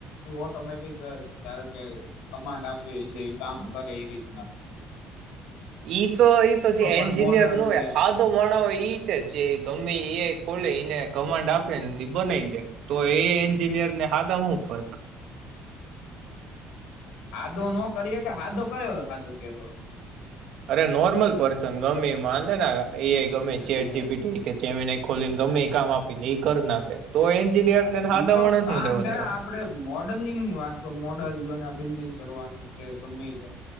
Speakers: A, on the left; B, on the right.
A: ઓટોમેટિક ધાર કે કમાન્ડ આપે એટલે એ કામ કરે એ રીતના
B: એ તો એ તો જે
A: કોઈ પણ
B: એન્જિનિયર
A: મોડલ
B: ન હોય
A: ને
B: હાદો માણા હોય એ રીતે જે ગમે એ ખોલે એને કમાન્ડ આપે બનાવી દે તો એ એન્જિનિયર ને હાથ હું ફર્ક
A: આાદો નો કરીએ કે સાાદો કયો સાદો કેસો
B: અરે નોર્મલ પર્સન ગમે મા લેને એ એ ગમ એ
A: એટલે
B: છે એર જીપી જેમને ખોલી ને ગમે એ કામ આપી દે એ કર નાખે તો એન્જિનિયર ને હાદા
A: ઈતો
B: માણસ
A: કામ
B: હું લેવા
A: છે
B: દેવા
A: ને આપડે મોડલિંગ ની વાત કરી મોડલ બને બિલ્ડિંગ કરવાનું ગમે